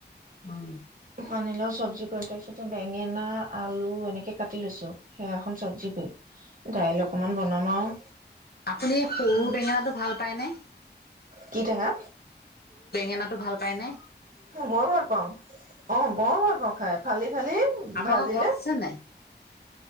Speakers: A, on the left; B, on the right.
A: উম।
B: পানীলাও চব্জি কৰিম। তাৰপিছতে বেঙেনা, আলু এনেকে কাটি লৈছো, সেয়া এখন চব্জি <unintelligible> ডাইল অকমান বনাম আৰু।
A: আপুনি সৰু
B: উম
A: বেঙেনাটো ভাল পায় নে?
B: কি টেঙা?
A: ঙেনাতো ভাল পায় নে?
B: অ' বৰ ভাল পাওঁ। অ' বৰ ভাল পাওঁ খাই, ফালি ফালি
A: আপোনালোকৰ
B: ভাজিলে।
A: গছ আছে নাই